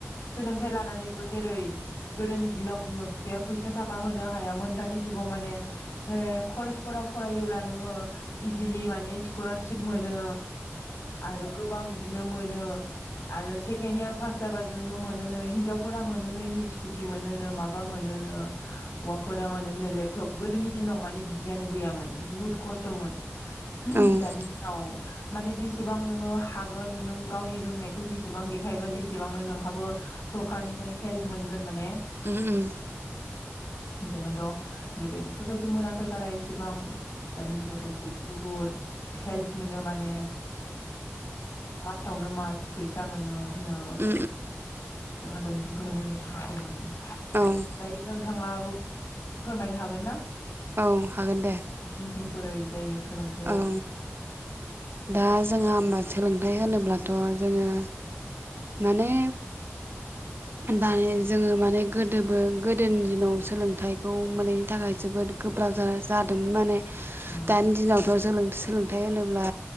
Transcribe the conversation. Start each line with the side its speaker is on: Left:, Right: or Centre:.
Left: सोलोंथाइ लानानैबो जेरै गोदोनि दिनाव बिमा बिफाया फैसा थाखा होनो हायामोन दानि जुगाव माने कलेजफोराव फरायोब्ला नोङो इजिलि माने स्कलारशिप मोनो। आरो गोबां इद बिदिनो मोनो आरो सेकेणड इयार पास जाबा नोङो मोनो नै हिनजावफोरा मोनो नै स्कुटि मोनोनो माबा मोनोनो हौवाफोरा मोनोनो लेपटप गोदोनि दिनाव माने बिदियानो गैयामोन बुहुद खस्थ'मोन
Right: उम
Left: दानि दिनाव माने जेसेबां नोङो हागोन नों गावनि रोंनायखौ जेसेबां देखायगोन एसेबांनो नोंहाबो सरखारनिफ्राय हेल्प मोनगोन माने
Right: ओम ओम
Left: जोंहाथ' गोदो बेफोरबायदि मोनाखै बारा इसेबां दानि जुगावथ' बुहुद हेल्प मोनो माने मासावनो मास फैसा मोनोनो
Right: उम
Left: जोंहाथ' बिदिखौनो मोननो थाङाखैमोन
Right: उम
Left: दायो नोंथाङाबो फोरमायनो हागोन ना।
Right: औ औ हागोन दे
Left: नोंसिनथिं बोरै जायो सोलोंथाइया
Right: औ दा जोंहा होमबा सोलोंथाइ होनो होनब्लाथ' जोङो माने दानि जोङो माने गोदोबो गोदोनि दिनाव सोलोंथाइखौ मोनैनि थाखाय जोबोद गोब्राब जादोंमोन माने
Left: उम
Right: दानि दिनावथ' <unintelligible> सोलोंथाइ होनोब्ला